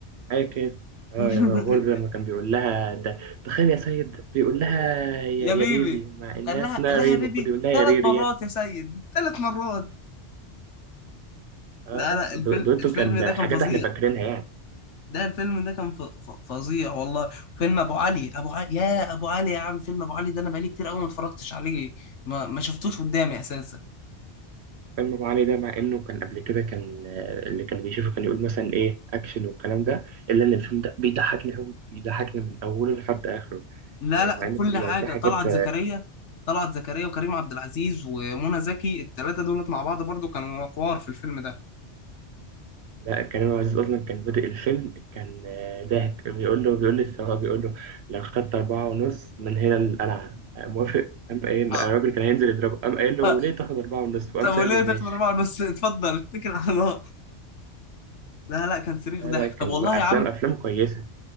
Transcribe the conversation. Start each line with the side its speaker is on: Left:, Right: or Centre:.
Right: اي كده اه
Left: <laughs>
Right: يا برضه لما كان بيقول لها ده تخيل يا سيد بيقول لها يا,
Left: يا بيبي
Right: يا بيبي مع انها
Left: قال لها
Right: اسمها
Left: قال لها
Right: ري
Left: يا
Right: المفروض
Left: بيبي
Right: يقول لها
Left: ثلاث
Right: يا ريري
Left: مرات
Right: يعني
Left: يا سيد ثلاث مرات
Right: اه
Left: لا
Right: بص
Left: لا الفيلم
Right: دو- دويتو
Left: الفيلم
Right: كان
Left: ده كان
Right: حاجات
Left: فظيع
Right: احنا فاكرينها يعني
Left: ده الفيلم ده كان ف- ف- فظيع والله فيلم ابو علي ابو علي يا ابو علي يا عم فيلم ابو علي ده انا بقالي كتير قوي ما اتفرجتش عليه ما, ما شفتوش قدامي اساسا
Right: فيلم ابو علي ده مع انه كان قبل كده كان آه، اللي كان بيشوفه كان يقول مثلا ايه اكشن والكلام ده الا ان الفيلم ده بيضحكني قوي بيضحكني من اوله لحد اخره
Left: لا
Right: آه،
Left: لا
Right: مع ان
Left: كل
Right: في يعني
Left: حاجة
Right: في حاجات
Left: طلعت زكريا طلعت زكريا وكريم عبد العزيز ومنى زكي الثلاثة دولت مع بعض برضو كانوا حوار في الفيلم ده
Right: لا كريم عبد العزيز اصلا كان بادئ الفيلم كان آه، ضاحك بيقول له بيقول للسواق بيقول له لو خدت أربعة ونص من هنا للقلعة آه، موافق قام قايل
Left: آه،
Right: الراجل كان هينزل يضربه قام قايل له
Left: آه،
Right: وليه تاخد أربعة ونص وقام
Left: طب
Right: سايبه
Left: وليه
Right: وماشي
Left: تاخد أربعة بس اتفضل اتكل على الله لا لا كان صريخ
Right: لا
Left: ضحك
Right: لا كان
Left: طب والله
Right: أفلام
Left: يا عم
Right: أفلام كويسة